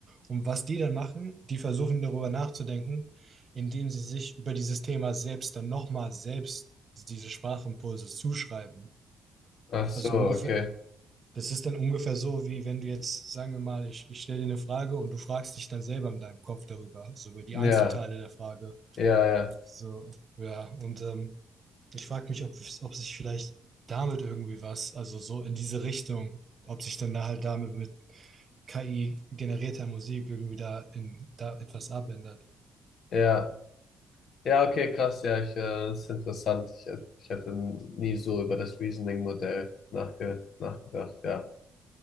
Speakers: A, on the right; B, on the left.
A: Und was die dann machen, die versuchen darüber nachzudenken, indem sie sich über dieses Thema selbst dann nochmal selbst diese Sprachimpulse zuschreiben.
B: ach so,
A: Also ungefähr,
B: okay.
A: das ist dann ungefähr so, wie wenn du jetzt, sagen wir mal, ich, ich stelle dir eine Frage und du fragst dich dann selber in deinem Kopf darüber, so über die
B: Ja,
A: Einzelteile der Frage.
B: ja, ja,
A: So, ja, und ähm, ich frage mich, ob, ob sich vielleicht damit irgendwie was, also so in diese Richtung, ob sich dann da halt damit mit KI generierter Musik irgendwie da in da etwas abändert.
B: ja. Ja, okay, krass, ja, ich, äh, das ist interessant. Ich, hätt- ich hätte nie so über das Reasoning-Modell nachge nachgedacht, ja.